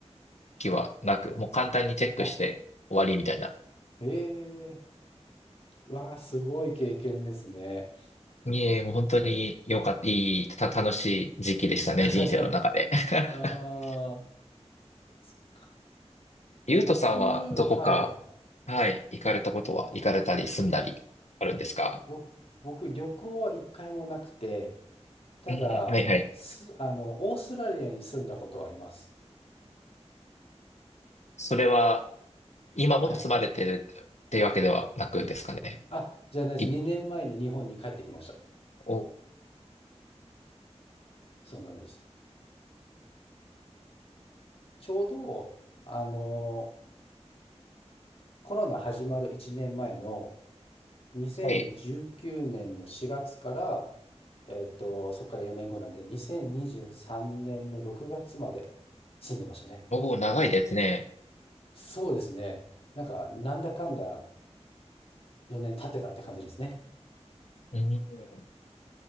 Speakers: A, on the left (about 75°); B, on the left (about 55°).
A: 気はなく、もう簡単にチェックして終わりみたいな。
B: あ、ええー、わあ、すごい経験ですね。
A: いえ、もう本当に良かった、いい、た、楽しい時期でしたね、
B: <laughs>
A: 人生の中で。<laughs>
B: ああ、そっか
A: ゆうとさんはどこか、
B: 僕、はい。
A: はい、行かれたことは、行かれたり住んだりあるんですか
B: ぼ僕、旅行は一回もなくて、ただ、
A: うんうんはいはい。
B: す、あの、オーストラリアに住んだことはあります。
A: それは、今も住まれてるっていうわけではなくですかね。
B: はい。あ、じゃないです。
A: い
B: 2年前に日本に帰ってきました。
A: お、
B: そうなんです。ちょうど、あの、コロナ始まる1年前の2019年の4月から、
A: はい。
B: えっと、そこから4年後なんで、2023年の6月まで住んでましたね。
A: 僕も長いですね。
B: そうですね。なんか、なんだかんだ4年経ってたって感じですね。
A: うん